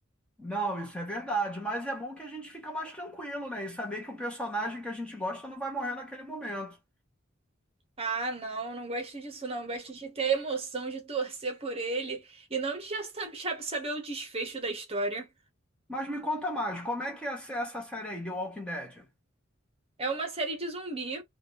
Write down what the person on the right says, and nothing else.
Ah, não, não gosto disso, não. Gosto de ter a emoção de torcer por ele e não de já sab- saber o desfecho da história.
É uma série de zumbi.